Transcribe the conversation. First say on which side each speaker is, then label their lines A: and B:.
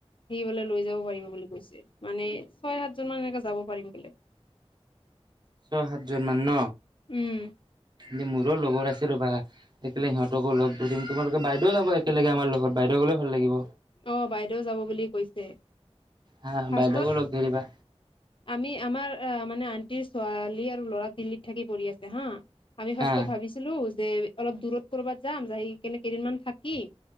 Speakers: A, on the left; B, on the right.
A: সিবলে লৈ যাব পাৰিব বুলি কৈছে মানে ছয় সাতজন মান এনেকে যাব পাৰিম বোলে।
B: ছয় সাতজন মান ন।
A: উমঁ!
B: এ মোৰো লগৰ আছে ৰ'বা। একেলে সিহঁতকো লগ ধৰিম তোমালোকে বাইদেউ যাব একেলগে আমাৰ লগতাইদেউ গলে ভাল লাগিব।
A: অঁ বাইদেউ যাব বুলি কৈছে
B: হা
A: ফাৰ্ষ্টত।
B: বাইদেউকো লগ ধৰিবা
A: আমি আমাৰ মানে আণ্টিৰ ছোৱালী আৰু ল'ৰা দিল্লীত থাকি পৰিঢ়ি আছে হা। আমি ফাৰ্ষ্টত
B: হা
A: ভাবিছিলো যে অলপ দূৰত কৰবাত যাম যা কেনে কেইদিনমান থাকি-